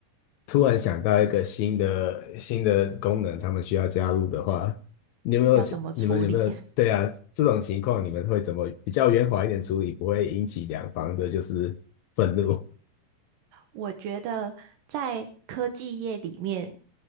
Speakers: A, on the left; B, on the right.
A: 突然想到一个新的新的功能，他们需要加入的话，你有没有想你们有没有对啊这种情况你们会怎么比较圆滑一点处理，
B: 要怎么处理？
A: 不会引起两方的就是愤怒？
B: 我觉得在科技业里面，